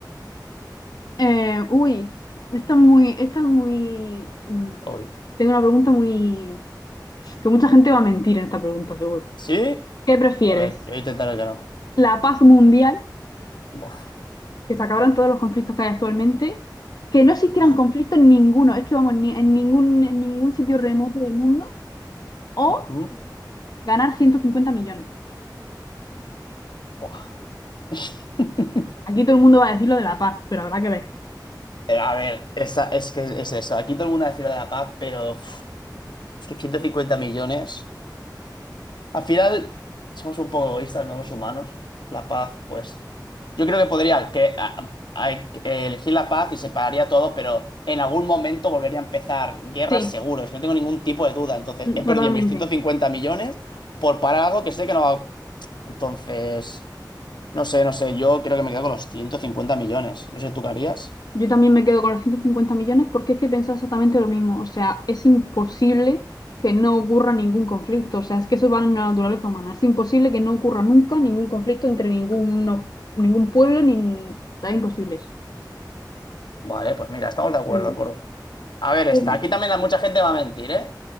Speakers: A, on the left (about 60°); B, on the left (about 75°).
A: Eh, uy, esta es muy, esta es muy. mm,
B: Uy.
A: Tengo una pregunta muy. que mucha gente va a mentir en esta pregunta, seguro.
B: ¿Sí?
A: ¿Qué prefieres?
B: A ver, yo intentaré que no.
A: ¿La paz mundial,
B: Buf.
A: que se acabaran todos los conflictos que hay actualmente? ¿Que no existieran
B: Ajá.
A: conflictos ninguno? Es que vamos, ni, en ningún, en ningún sitio remoto del mundo. ¿O
B: Ujú.
A: ganar 150 millones?
B: Buah. <laughs>
A: Aquí todo el mundo va a decir lo de la paz, pero habrá que ver.
B: Eh, A ver, esa, es que es eso. Aquí todo el mundo decir lo de la paz, pero uf, es que 150 millones. Al final, somos un poco egoístas, ¿no? Los humanos. La paz, pues. Yo creo que podría que, a- a- eh, elegir la paz y separaría todo, pero en algún momento volvería a empezar guerras
A: Sí,
B: seguro, si no tengo ningún tipo de duda. Entonces,
A: mm,
B: he
A: totalmente.
B: perdido mis ciento cincuenta millones por parar algo que sé que no va. Entonces, no sé, no sé. Yo creo que me quedo con los 150 millones. No sé, ¿tú qué harías?
A: Yo también me quedo con los 150 millones porque es que he pensado exactamente lo mismo. O sea, es imposible que no ocurra ningún conflicto. O sea, es que eso va en la naturaleza humana. Es imposible que no ocurra nunca ningún conflicto entre ninguno, ningún pueblo, ni... O sea, es imposible eso,
B: Vale, pues mira, estamos de acuerdo.
A: creo yo.
B: por- A ver,
A: Sí.
B: está. Aquí también la- mucha gente va a mentir, ¿eh?